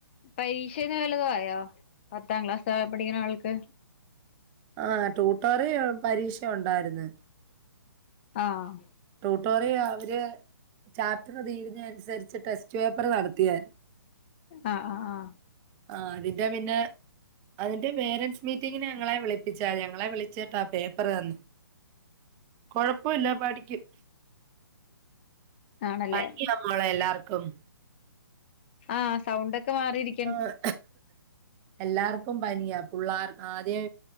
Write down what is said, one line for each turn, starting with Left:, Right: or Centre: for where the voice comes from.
Left: പരീക്ഷൻ്റെ വല്ലതു ആയൊ. പത്താം ക്ലാസാര് - പഠിക്ക്ണാൾക്ക്
Right: ആഹ് ടൂട്ടാറി ആഹ് പരീക്ഷ ഒണ്ടായിര്ന്ന്.
Left: ആഹ്
Right: ടൂ ട്ടാറിയ അവര് ചാപ്റ്റർ ങ്ങനെ തീരുന്നെ അൻസരിച്ച് ടെസ്റ്റ് പേപ്പറ് നടത്തിയാര്ന്ന്.
Left: അഹ് ആഹ് ആഹ്
Right: ആഹ് അതിന്റെ പിന്നെ അതിന്റെ പേരൻസ് മീറ്റിംങ്ങ്ന് ഞങ്ങളെ വിളിപ്പിച്ചായിര്ന്ന്. ഞങ്ങളെ വിളിച്ചിട്ടാ പേപ്പറ് തന്ന്. കൊഴപ്പൊല്ലാ പഠിക്കും.
Left: ആണല്ലേ
Right: പനിയാമോളെ എല്ലാർക്കും.
Left: ആഹ് സൗണ്ടൊക്കെ മാറിയിരിക്
Right: ആഹ് എല്ലാർക്കും പനിയാ. പുള്ളാർ ആദ്യേ